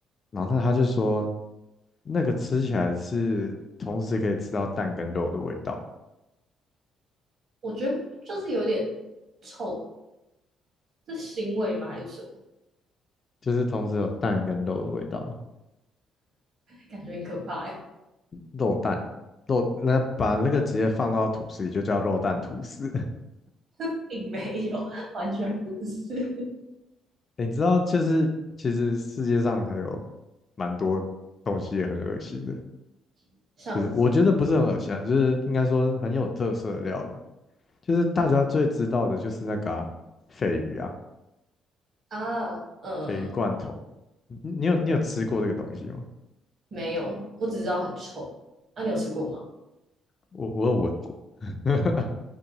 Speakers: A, on the left; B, on the right.
A: 然后那他就说，那个吃起来是同时可以吃到蛋跟肉的味道，
B: 我觉得就是有点臭，是腥味吗还是什么？
A: 就是同时有蛋跟肉的味道，
B: 感觉很可怕、欸，
A: 肉蛋肉，那把那个直接放到吐司里就叫肉蛋吐司。<laughs>
B: <laughs> 并没有，完全不是，
A: 欸你知道，就是其实世界上还有蛮多东西也很恶心的，
B: <laughs> 像是什么
A: 就是我觉得不是很恶心啊，就是应该说很有特色的料理。就是大家最知道的就是那个啊鲱鱼啊，
B: 啊？呃，
A: 鲱鱼罐头。你你有你有吃过这个东西吗？
B: 没有，我只知道很臭。啊，你有吃过吗？
A: 我我有闻过，<laughs>